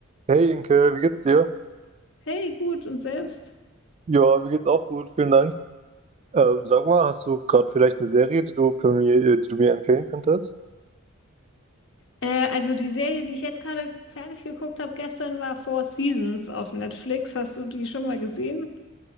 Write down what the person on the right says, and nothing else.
Hey Inke, wie geht's dir?
Ja, mir geht's auch gut, vielen Dank. Ähm, sag mal, hast du gerade vielleicht eine Serie, die du für mir, äh, die du mir empfehlen könntest?